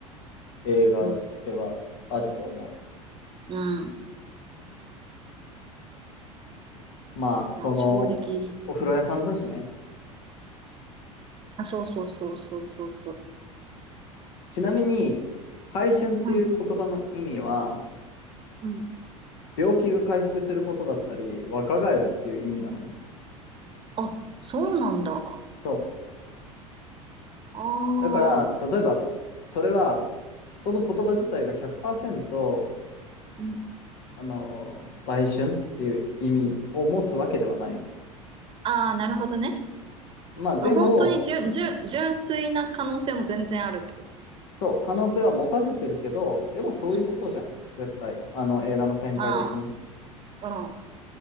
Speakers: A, on the left (about 55°); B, on the right (about 30°).
A: 映画ではあると思
B: うん。うん。
A: う。まあ、その、
B: いや、衝撃。
A: お風呂屋さんだしね。
B: うん。あ、そうそうそうそうそうそう。
A: ちなみに、回春っていう言葉の意味は、
B: うん。うん。
A: 病気が回復することだったり、若返るっていう意味なのね。
B: あ、そうなんだ。あ
A: そ
B: あ。
A: う。だから、例えば、それは、その言葉自体が100%、
B: うん。
A: あの、売春っていう意味を持つわけではないの。
B: ああ、なるほどね。
A: まあ、でも、
B: 本当に純、純、純粋な可能性も全然あるってことね。
A: そう、可能性は持たせてるけど、でもそういうことじゃん。
B: うん。
A: 絶対。あの、映画の展開的に。
B: まあ、